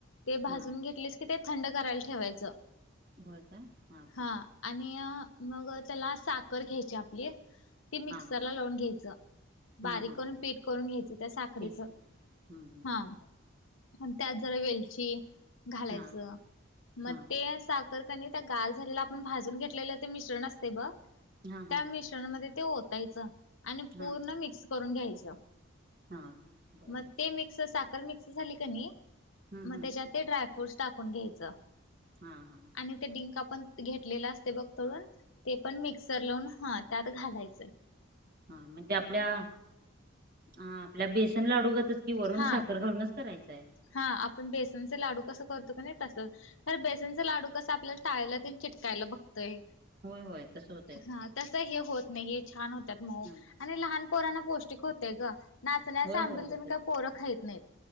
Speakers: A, on the left (about 75°); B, on the right (about 45°).
A: ते भाजून
B: हा
A: घेत ''--'' लेस की, ते थंडं करायला ठेवायचं
B: होय काय हा
A: हां,
B: हा
A: आणि अ मग त्याला साखर घ्यायची आपली ती मिक्सरला
B: हा
A: लावून घ्यायचं. बारीक
B: हा हा
A: करून पीठ करून घ्यायचं त्या साखरेचं
B: ठीक हम्म हम्म
A: हां. त्यात जरा वेलची घालायचं
B: हा
A: म
B: हा
A: ते
B: हा
A: सा ''--'' तर का नई त्या गार झालेलं आपण भाजुन घेतलेलं ते मिश्रण असते ब
B: हा
A: त्या
B: हा
A: मि ''--'' त्याच्या मध्ये ते ओतायचं आणि
B: हा
A: पूर्ण मिक्स करून घ्यायचं.
B: हा बर
A: म
B: बर
A: ते मिक्स साखर मिक्स झाली का नाही
B: हम्म
A: म
B: हम्म
A: त्याच्यात ते ड्राय ''--'' फुड्स टाकून घ्यायचं
B: हा हा
A: आणि ते डिंक आपण घेतलेलं असते बघ तळुन. ते पण मिक्सर लावून ह त्यात घालायचंय.
B: हा, मं ते आपल्या. हा, आपल्या बेसन लाडूगतच कि, वरून
A: हा
B: साखर घालूनच करायचंय हाय.
A: हा, आपण बेसनचे लाडू कसं करतो का नाई तसं. खरं बेसनचा लाडू कसं आपल्याल टाळ्याला ते चिटकायला बघतय.
B: होय होय तसं होतंय
A: हा, तस हे होत नई हे छान होत्यात मऊ.
B: हा
A: आणि लहान पोरांना पौष्टिक होतेय ग नाचण्याचं
B: होय
A: आंबिल
B: होय होते
A: तेन काय पोरं खायीत नाईत.